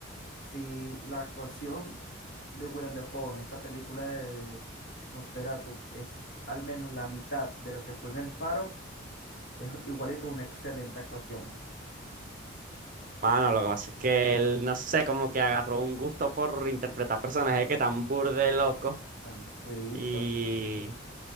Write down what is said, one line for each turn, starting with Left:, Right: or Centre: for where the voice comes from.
Left: si la actuación de Willem Dafoe en esta película de Nosferatu es al menos la mitad de lo que fue en El Faro, es igualito una excelente actuación.
Right: Mano, lo que pasa es que él, no sé, como que agarró un gusto por interpretar personajes que tan burde locos
Left: Tan frito.
Right: y,